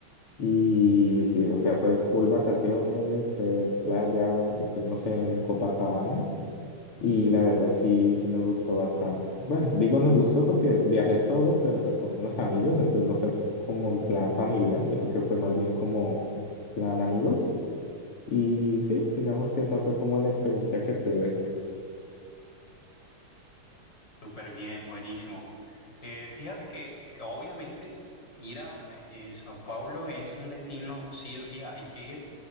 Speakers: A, on the left; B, on the left.
A: Y sí, o sea, fue full vacaciones, eh, playa, estuvimos en Copacabana y la verdad sí, sí nos gustó bastante. Bueno, digo nos gustó porque viajé solo, pero pues con unos amigos, entonces no fue como en plan familiar, sino que fue más bien como plan amigos. Y sí, digamos que esa fue como la experiencia que tuve.
B: Súper bien, buenísimo. Eh, fíjate que, que obviamente ir a eh, eh, Sao Paulo es un destino, sí o sí, hay que ir.